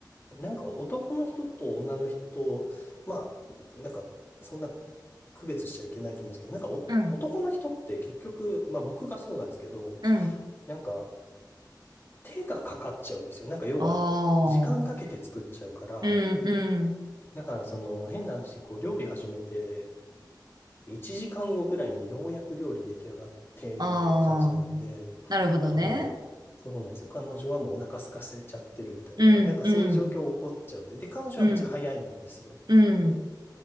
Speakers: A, on the left; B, on the right.
A: なんか男の人と女の人、まあ、なんかそんな区別しちゃいけないと思うんですけど、なんかお男の人って結局、
B: うん、
A: まあ僕がそうなんですけど、
B: うん。
A: なんか手がかかっちゃうんですよ。なんか要は時間かけて作っちゃうから、
B: ああ、うん、うん、
A: だからその変な話、こう料理始めて1時間後くらいにようやく料理出来上がって、みたいな感じなんで、
B: ああ。なるほどね。
A: なんかもう、そうなんですよ。彼女はもうお腹空かせちゃってるみたいな、
B: うん、
A: なんかそういう状況起こっちゃうんで、
B: うん、
A: で、彼女はめっちゃ早いんですよ。
B: うん、うん。